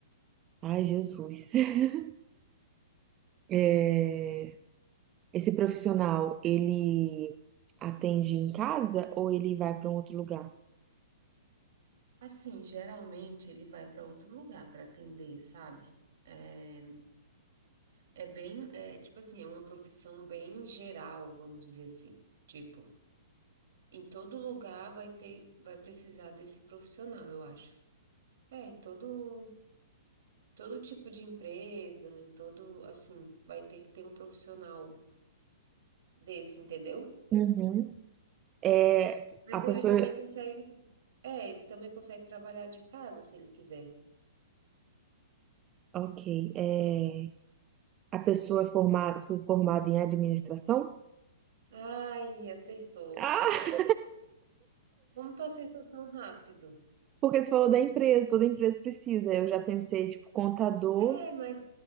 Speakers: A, on the right; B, on the right.
A: Ai, Jesus. <laughs> É, Esse profissional, ele atende em casa ou ele vai para um outro lugar?
B: Assim, geralmente ele vai para outro lugar para atender, sabe? É, é bem, É tipo assim, é uma profissão bem geral, vamos dizer assim. Tipo, em todo lugar vai ter, vai precisar desse profissional, eu acho. É, em todo. todo tipo de empresa, em todo, assim, vai ter que ter um profissional desse, entendeu?
A: Uhum. É,
B: Mas
A: a pessoa,
B: ele também consegue, é, ele também consegue trabalhar de casa se ele quiser.
A: ok, é, a pessoa é formada, foi formada em administração?
B: Ai, acertou.
A: Ah,
B: Como tu acertou tão rápido?
A: porque você falou da empresa, toda empresa precisa. Eu já pensei, tipo, contador,
B: É, mas